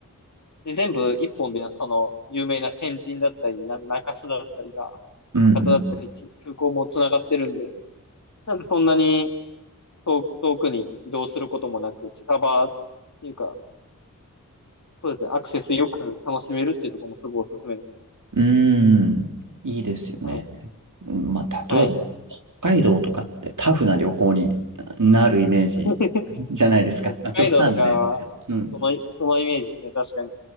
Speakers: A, on the left; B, on the right.
A: で、全部一本でね、その、有名な天神だったり、なんか中洲だったりが、
B: うんうん
A: 博多だったり、つ空港も繋がってるんで、なんかそんなに遠く、遠くに移動することもなく、近場っていうか、そうですね、アクセスよく楽しめるっていうところもすごいおすすめですね。
B: うーん、いいですよね。
A: はい。
B: うんまあ、例えば、
A: はい。
B: 北海道とかってタフな旅行になるイメージじゃないですか。
A: <laughs> 北海道とか、
B: まあ、極端な例ですけど。うん。
A: その、そのイメージですね、確かに。